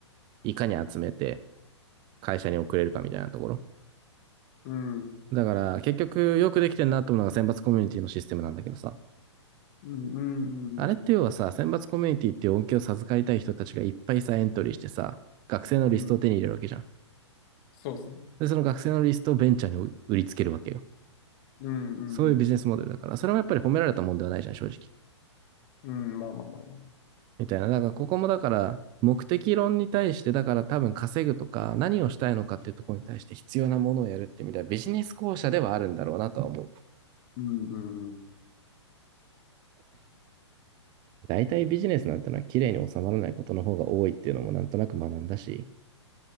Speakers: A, on the right; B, on the left.
A: いかに集めて会社に送れるかみたいなところ。
B: うん、うん、
A: だから、結局よくできてんなと思うのが選抜コミュニティのシステムなんだけどさ。
B: うん、うん、
A: あれって要はさ、
B: うん。
A: 選抜コミュニティっていう恩恵を授かりたい人たちがいっぱいさ、エントリーしてさ、学生のリストを手に入れるわけじゃん。
B: うんそうですね。
A: で、その学生のリストをベンチャーに売りつけるわけよ。
B: うんうん
A: そういうビジネスモデルだから、それもやっぱり褒められたもんではないじゃん、正直。
B: うん。うん、まあまあまあまあ。
A: みたいな。だから、ここもだから、目的論に対して、だから多分稼ぐとか、何をしたいのかっていうところに対して必要なものをやるってみたいなビジネス校舎ではあるんだろうなとは思う。
B: うんうんうん。
A: 大体ビジネスなんてのは綺麗に収まらないことの方が多いっていうのもなんとなく学んだし、